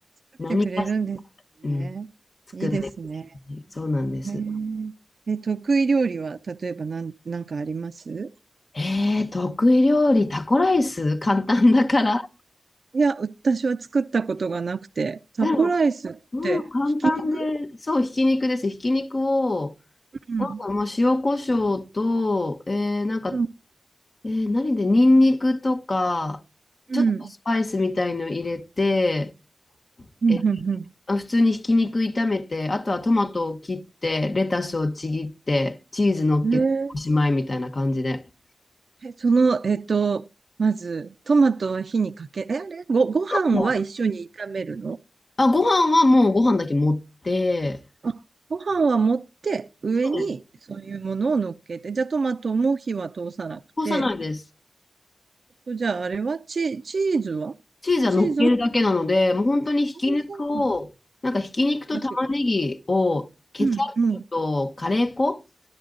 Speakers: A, on the right (about 70°); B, on the left (about 50°).
A: 作ってくれるんですね。
B: 何かし、うん、作んないといけない。
A: いいですね。
B: そうなんです。
A: へーえ、得意料理は、例えば何、なんかあります
B: えー、得意料理、タコライス、簡単だから。
A: いや、私は作ったことがなくて、タコライスってひき肉
B: だろううん、簡単で、そう、ひき肉です。ひき肉を、
A: うん。
B: まあ、塩コショウと、えー、なんか、
A: うん。
B: えー、何で、ニンニクとか、
A: うん。
B: ちょっとスパイスみたいの入れて、
A: うん。
B: えー
A: うん
B: まあ普通にひき肉炒めて、あとはトマトを切って、レタスをちぎって、チーズ乗っけておしまいみたいな感じで。
A: うんへーえ、その、えっと、まず、トマトは火にかけ、え、あれご、ご飯は一緒に炒めるの
B: もうあ、ご飯はもうご飯だけ持って、
A: あ、ご飯は持って、上にそういうものを乗っけて、
B: そうです。
A: じゃあトマトも火は通さなくて、
B: こさないです。
A: えっとじゃああれはチ、チーズは
B: チーズは乗っけるだけなので、
A: チーズも、あ
B: もう本当にひき肉を、
A: そうなんだ
B: なんかひき肉と玉ねぎをケチャップとカレー粉
A: 焼くだけ。うん、うん、